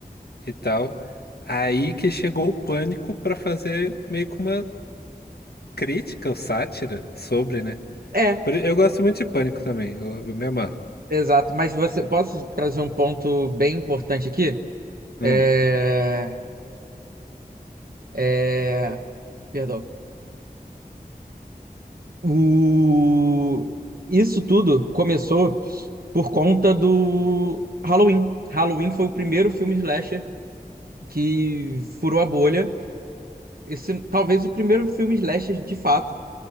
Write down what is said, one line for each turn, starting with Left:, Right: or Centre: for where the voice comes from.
Left: e tal. Aí que chegou o pânico pra fazer meio que uma crítica ou sátira sobre, né?
Right: É,
Left: Por- Eu gosto muito de pânico também, eu, eu me amarro.
Right: Exato, mas você posso trazer um ponto bem importante aqui?
Left: Hum,
Right: É, é, perdão. O, isso tudo começou por conta do Halloween. Halloween foi o primeiro filme slasher que furou a bolha. Esse, talvez o primeiro filme slasher de fato.